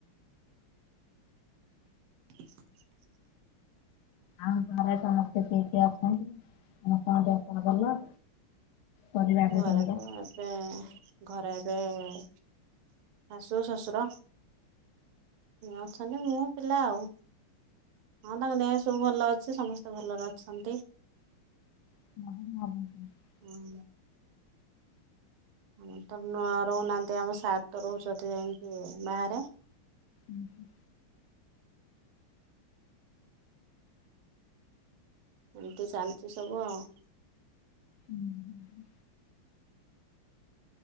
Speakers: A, on the right; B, on the left.
A: <unintelligible>
B: ଆଉ ଘରେ ସମସ୍ତେ କିିଏ କିଏ ଅଛନ୍ତି ସମସ୍ତଙ୍କ ଦେହପା ଭଲ? ପରିବାରରେ
A: ଘରେତ
B: ତମର?
A: ବେ ଘରେ ଏବେ ଶାଶୁ ଶଶୁର। ଅଛନ୍ତି ମୁଁ ପିଲା ଆଉ। ହଁ ତାଙ୍କ ଦେହ ସବୁ ଭଲ ଅଛି ସମସ୍ତେ ଭଲରେ ଅଛନ୍ତି।
B: <unintelligible>
A: କଣ ହେ ଆମର ତ ନୂଆ ରହୁନାହାନ୍ତି ଆମ ସାର୍ ତ ରହୁଛନ୍ତି ଯାଇଙ୍କି ବାହାରେ।
B: ଉଁ ହୁଁ।
A: ଏମିତି ଚାଲିଛି ସବୁ ଆଉ।
B: ଉମ ହୁଁ ହୁଁ।